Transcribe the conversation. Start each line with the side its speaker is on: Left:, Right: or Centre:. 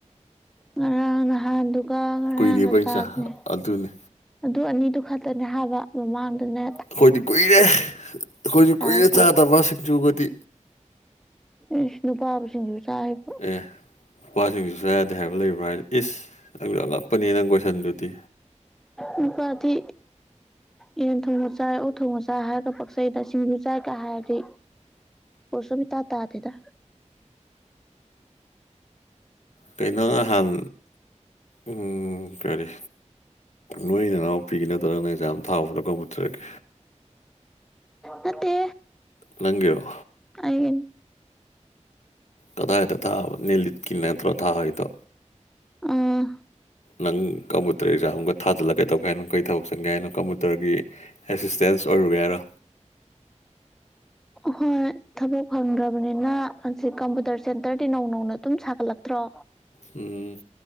Centre: ꯉꯔꯥꯡ ꯍꯥꯟꯗꯨꯒ ꯉꯔꯥꯡꯒ
Left: ꯀꯨꯏꯔꯦꯕ ꯑꯩ
Centre: ꯆꯥꯗꯨꯅꯦ
Left: ꯆꯥ ꯑꯗꯨꯅꯤ
Centre: ꯑꯗꯨ ꯑꯅꯤꯗꯨ ꯈꯛꯇꯅꯦ ꯍꯥꯏꯕ ꯃꯃꯥꯡꯗꯅ
Left: ꯑꯈꯣꯏꯗꯤ ꯀꯨꯏꯔꯦ ꯑꯈꯣꯏꯖꯨ
Centre: ꯆꯥꯔꯛꯇꯕ
Left: ꯀꯨꯏꯔꯦ ꯆꯥꯗꯕ ꯁꯤꯡꯖꯨꯒꯗꯤ
Centre: ꯏꯁ ꯅꯨꯄꯥꯕꯨ ꯁꯤꯡꯖꯨ ꯆꯥ ꯍꯩꯕ꯭ꯔꯣ
Left: ꯑꯦ ꯅꯨꯄꯥ ꯁꯤꯡꯖꯨ ꯆꯥ ꯌꯥꯗꯦ ꯍꯥꯏꯕ ꯂꯩꯕ꯭ꯔꯣ ꯍꯥꯏꯁꯦ ꯏꯁ ꯅꯪꯖꯨ ꯑꯉꯛꯄꯅꯦ ꯅꯪ ꯀꯣꯏꯁꯟꯗꯨꯗꯤ
Centre: ꯅꯨꯄꯥꯗꯤ ꯌꯦꯟ ꯊꯣꯡꯕ ꯆꯥꯏ ꯑꯣꯛ ꯊꯣꯡꯕ ꯆꯥꯏ ꯍꯥꯏꯔꯒ ꯄꯛꯆꯩꯗ ꯁꯤꯡꯖꯨ ꯆꯥꯏ ꯀꯥꯏ ꯍꯥꯏꯔꯗꯤ ꯄꯣꯁ ꯑꯃ ꯏꯇꯥ ꯇꯥꯗꯦꯗ
Left: ꯀꯩꯅꯣ ꯉꯍꯥꯟ ꯎꯝ ꯀꯔꯤ ꯅꯣꯏ ꯏꯅꯥꯎꯄꯤꯒꯤ ꯅꯠꯇ꯭ꯔꯣ ꯅꯪꯅ ꯑꯦꯛꯖꯥꯝ ꯊꯥꯎꯕꯗꯣ ꯀꯝꯕꯨꯇꯔꯒꯤ
Centre: ꯅꯠꯇꯦ
Left: ꯅꯪꯒꯤꯔꯣ
Centre: ꯑꯩꯒꯤꯅꯤ
Left: ꯀꯗꯥꯏꯗ ꯊꯥꯕ ꯅꯦꯅꯤꯠꯀꯤ ꯅꯠꯇ꯭ꯔꯣ ꯊꯥꯔꯤꯗꯣ
Centre: ꯑꯥ
Left: ꯅꯪ ꯀꯝꯕꯨꯇꯔ ꯑꯦꯛꯖꯝꯒ ꯊꯥꯖꯜꯂꯀꯩꯗꯧꯒꯦ ꯍꯥꯏꯅꯣ ꯀꯩ ꯊꯕꯛ ꯁꯟꯒꯦ ꯍꯥꯏꯅꯣ ꯀꯝꯕꯨꯇꯔꯒꯤ ꯑꯦꯁꯤꯁꯇꯦꯟꯁ ꯑꯣꯏꯔꯨꯒꯦ ꯍꯥꯏꯔꯣ
Centre: ꯍꯣꯏ ꯊꯕꯛ ꯐꯪꯗ꯭ꯔꯕꯅꯤꯅ ꯖꯤꯛ ꯀꯝꯕꯨꯇꯔ ꯁꯦꯟꯇꯔꯗꯤ ꯅꯧ ꯅꯧꯅ ꯑꯗꯨꯝ ꯁꯥꯒꯠꯂꯛꯇ꯭ꯔꯣ
Left: ꯎꯝ